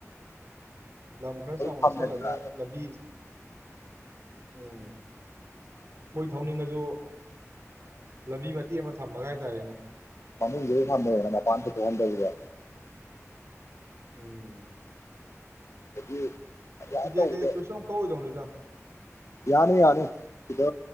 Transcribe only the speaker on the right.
ꯂꯝ ꯈꯔ ꯆꯥꯎꯅ
ꯂꯩꯁꯜꯂꯒ ꯂꯝꯕꯤ ꯎꯝ ꯃꯣꯏ ꯊꯧꯅꯤꯡꯉꯁꯨ ꯂꯝꯕꯤ ꯃꯇꯦꯛ ꯑꯃ ꯊꯝꯃꯒ ꯍꯥꯏꯇꯥꯔꯦꯅꯦ
ꯎꯝ
ꯇꯤꯀꯦꯠ
ꯀꯩ ꯀꯩꯁꯨꯝ ꯌꯥꯝ ꯀꯛꯑꫭꯏꯗꯧꯅꯤꯗ